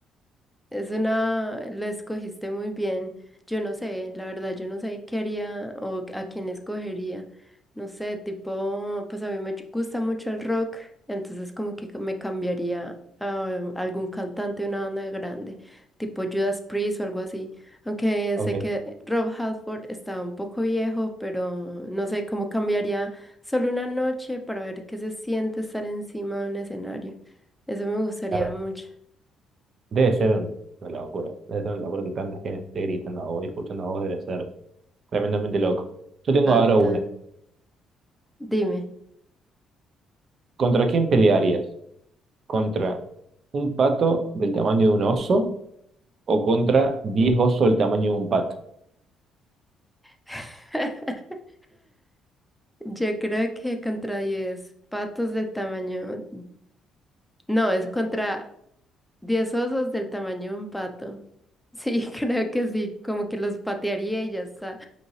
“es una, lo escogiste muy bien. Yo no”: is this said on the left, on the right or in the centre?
Centre